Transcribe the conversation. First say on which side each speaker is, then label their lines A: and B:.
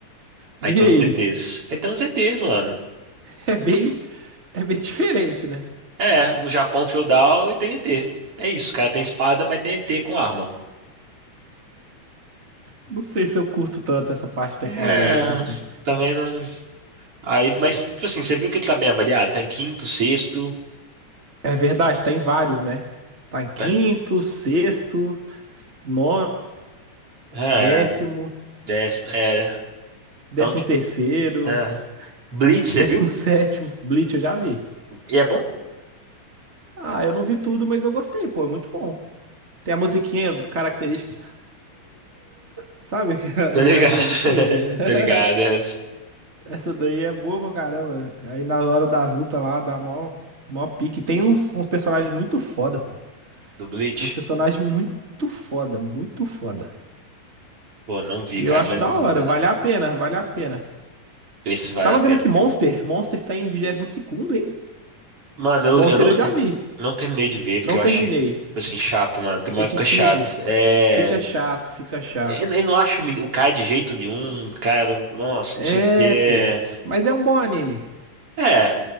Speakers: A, on the right; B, on the right.
A: Aí
B: E
A: tem
B: aí?
A: uns ETs.
B: <laughs>
A: Aí tem uns ETs, mano.
B: É bem, é bem diferente, né?
A: É, no Japão feudal e tem E T. É isso, cara. Tem espada, mas tem E T com arma.
B: Não sei se eu curto tanto essa parte tecnológica
A: É,
B: assim.
A: também não. Aí, mas, tipo assim, você viu que ele tá bem avaliado? Tá em quinto, sexto.
B: É verdade, tá em vários, né? Tá em quinto,
A: Tá...
B: sexto, nono,
A: É,
B: décimo,
A: décimo. É,
B: décimo
A: então, tipo.
B: terceiro,
A: É. Bleach,
B: <laughs>
A: você
B: décimo
A: viu?
B: sétimo. Bleach eu já vi.
A: E é bom?
B: Ah, eu não vi tudo, mas eu gostei, pô, é muito bom. Tem a musiquinha característica. Sabe <laughs> aquela,
A: Tô
B: aquela
A: ligado.
B: musiquinha?
A: <laughs>
B: <laughs>
A: Tô ligado, é essa.
B: Essa daí é boa pra caramba. Aí na hora das lutas lá, dá mó, mó pique. Tem uns, uns personagens muito foda, pô.
A: Do Bleach?
B: Tem uns personagens muito foda, muito foda.
A: Pô, não vi,
B: E
A: cara,
B: eu acho
A: mas
B: da hora,
A: tô ligado.
B: vale a pena, vale a pena.
A: Esse vale
B: Eu tava
A: a pena,
B: vendo aqui Monster. Monster tá em vigésimo segundo hein?
A: Mano,
B: Monster
A: eu, eu não
B: eu já
A: terminei,
B: vi.
A: não terminei de ver porque
B: Não
A: eu
B: terminei.
A: achei, tipo assim, chato, mano. Tem
B: Repetitivo.
A: uma época chato. É.
B: Fica chato, fica chato.
A: Eu, eu não acho o meni- o cara de jeito nenhum, cara, nossa,
B: É,
A: não sei o quê.
B: pô. Mas é um bom anime.
A: É,